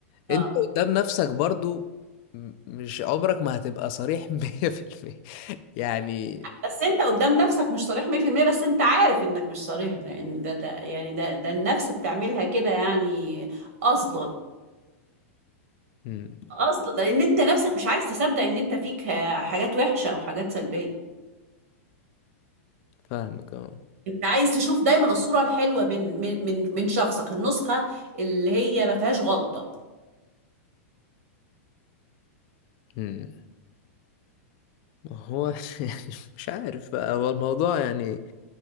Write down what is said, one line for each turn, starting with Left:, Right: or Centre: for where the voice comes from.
Right: اه
Left: انت قدام نفسك برضو م- مش عمرك ما هتبقى صريح <laughs> مية في المية يعني
Right: بس انت قدام نفسك مش صريح 100% بس انت عارف انك مش صريح لان ده ده يعني ده ده النفس بتعملها كده يعني قصدا
Left: مم،
Right: قصدا ده لان انت نفسك مش عايز تصدق ان انت فيك آه، حاجات وحشة او حاجات سلبية
Left: فاهمك اه
Right: انت عايز تشوف دايما الصورة الحلوة من من من من شخصك النسخة اللي هي ما فيهاش غلطة
Left: مم. ما هو <laughs> يعني مش عارف بقى هو الموضوع يعني